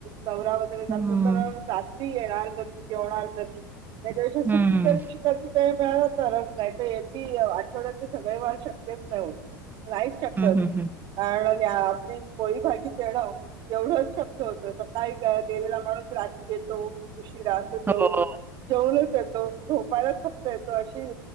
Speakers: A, on the right; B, on the right.
A: दौरा वगैरे जातो
B: हम्म
A: तर सासरी येणार कधी जेवणार कधी त्याच्या दिवशी
B: हम्म
A: सुट्टीच्या दिवशी कधी वेळ मिळाला तरच नाही आठवड्याचे सगळे वार शक्यच नाही होत नाहीच शक्य
B: हम्म
A: होत
B: हम्म हम्म
A: <inaudible> आपली पोळी भाजी देणं एवढंच शक्य होत सकाळी गेलेला माणूस रात्री येतो उशिरा राहतो जेव
B: हो
A: जेवणच येतो झोपायलाच फक्त येतो अशी